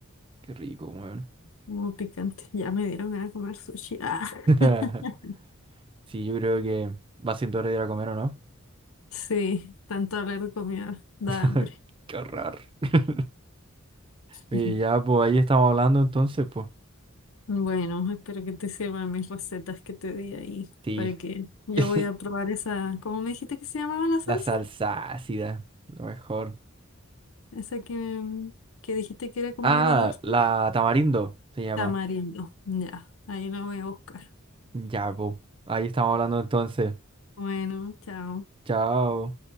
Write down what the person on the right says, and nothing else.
Qué rico, weón.
<laughs>
Sí, yo creo que va siendo hora de ir a comer, ¿o no?
<laughs>
Qué horror. <laughs> Y
ya, pues ahí estamos hablando entonces, pues.
Sí.
<laughs>
La salsa ácida, lo mejor.
Ah,
la tamarindo se llama.
Ya, pues. Ahí estamos hablando entonces.
Chao.